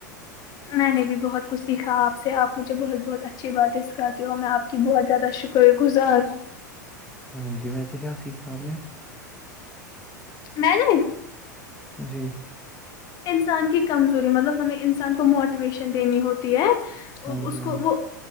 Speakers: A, on the left; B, in the centre.
A: میں نے بھی بہت کچھ سیکھا آپ سے آپ مجھے بہت بہت اچھی باتیں سکھاتے ہو میں آپ کی بہت زیادہ شکر گزار ہوں
B: ہاں جی ویسے کیا سیکھا آپ نے
A: میں نے
B: جی
A: انسان کی کمزوری مطلب ہمیں انسان کو موٹیویشن دینی ہوتی ہے
B: ہاں
A: اس
B: جی ہاں
A: کو
B: جی،
A: وہ